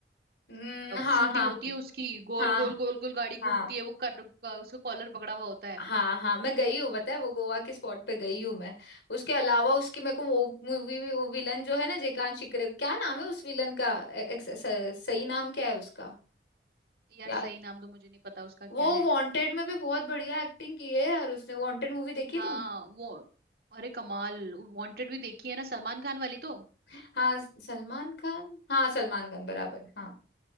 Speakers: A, on the left; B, on the right.
A: हम्म, हाँ
B: शूटिंग
A: हाँ
B: होती है उसकी गोल
A: हाँ
B: गोल गोल गोल गाड़ी घूमती
A: हाँ
B: है वो कर, उसका कॉलर पकड़ा हुआ होता है
A: हाँ हाँ मैं गई हूँ पता है वो गोवा के स्पॉट पे गई हूँ मैं उसके अलावा उसकी मेरे को वो मूवी भी, वो विलन जो है ना जयकांत शिकरे क्या नाम है उस विलन का ए- एक्स- स- स- सही नाम क्या है उसका
B: यार
A: याद
B: सही नाम तो मुझे नहीं पता उसका क्या
A: वो
B: है
A: वांटेड में भी बहुत बढ़िया एक्टिंग की है यार उसने वांटेड मूवी देखी
B: हाँ
A: तुमने
B: वो अरे कमाल वांटेड भी देखी है ना सलमान खान वाली तो
A: हाँ सलमान खान हाँ सलमान खान बराबर हाँ